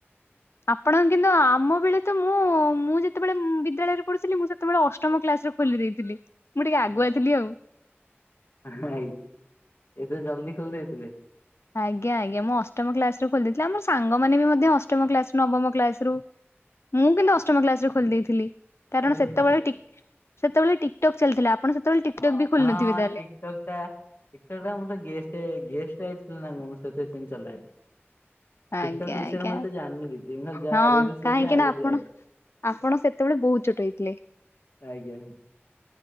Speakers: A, on the left; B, on the left.
A: ଆପଣଙ୍କୁ କିନ୍ତୁ ଆମ
B: <inaudible>
A: ବେଳେ ତ ମୁଁ ମୁଁ ଯେତେବେଳେ ମୁଁ ବିଦ୍ୟାଳୟରେ ପଢୁଥିଲି ମୁଁ ସେତେବେଳେ ଅଷ୍ଟମ କ୍ଲାସରେ ଖୋଲି ଦେଇଥିଲି ମୁଁ ଟିକେ ଆଗୁଆ ଥିଲି ଆଉ।
B: ଆଜ୍ଞା ଏବେ ଜଲଦି ଖୋଲିଦେଇଥିଲେ।
A: ଆଜ୍ଞା ଆଜ୍ଞା ମୁଁ ଅଷ୍ଟମ କ୍ଲାସରୁ ଖୋଲି ଦେଇଥିଲ ଆମ ସାଙ୍ଗମାନେ ବି ମଧ୍ୟ ଅଷ୍ଟମ କ୍ଲାସରୁ ନବମ କ୍ଲାସରୁ ମୁଁ କିନ୍ତୁ ଅଷ୍ଟମ କ୍ଲାସରେ ଖୋଲି ଦେଇଥିଲି
B: ମୋର
A: କାରଣ ସେତେବେଳେ
B: ଏଇ ହଁ
A: ଟିକ୍ ସେତେବେଳେ ଟିକଟକ୍ ଚାଲିଥିଲା। ଆପଣ ସେତେବେଳେ ଟିକଟକ୍ ବି ଖୋଲି
B: ହଁ
A: ନଥିବେ
B: ହଁ
A: ତାହେଲେ
B: ଟିକଟକଟା ଟିକଟକଟା ମୁଁ ତ ଗେଷ୍ଟ ଗେଷ୍ଟ ଥିଲି ନା ମୁଁ ଚଲାଏ। ଟିକଟକ୍
A: ଆଜ୍ଞା
B: ବିଷୟରେ
A: ଆଜ୍ଞା
B: ମୁଁ ଏତେ ଜାଣିନି କିଛି ଖାଲି ଯାହା
A: ହଁ
B: ରିଲସ
A: କାହିଁକି
B: ଦେଖେ ଆଉ
A: ନା
B: କିଛି
A: ଆପଣ
B: ଜାଣିନି।
A: ଆପଣ ସେତେବେଳେ ବହୁତ ଛୋଟ ହେଇଥିଲେ।
B: ଆଜ୍ଞା